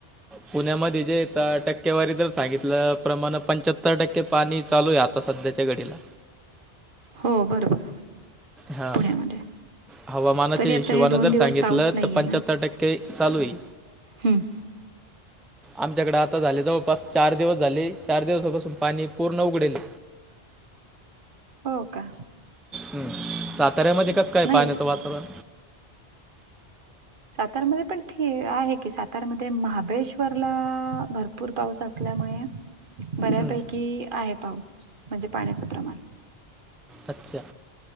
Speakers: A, in the centre; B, on the right (about 55°).
A: पुण्यामध्ये जे टक्केवारी जर सांगितलं प्रमाण पंच्याहत्तर टक्के पाणी चालू आहे आता. आता सध्याच्या घडीला.
B: हो बरोबर
A: हां
B: पुण्यामध्ये.
A: हवामानाच्या
B: तरी
A: हिशोबानें
B: आता हे
A: जर
B: दिवस
A: सांगितलं
B: पाऊस नाहीये
A: तर पंच्याहत्तर टक्के चालू आहे.
B: हम्म.
A: आमच्याकडे आता झाले जवळपास चार दिवस झाले चार दिवसापासून पाणी पूर्ण उघडेल
B: हो का?
A: हम् साताऱ्यामध्ये कस काय
B: नाही
A: पाण्याचं वातावरण?
B: सातार्यामध्ये पण ठी आहे की सातारामध्ये महाबळेश्वरला भर पूर पाऊस असल्यामुळे बऱ्यापैकी
A: हम्म.
B: आहे पाऊस म्हणजे पाण्याचं प्रमाण.
A: अच्छा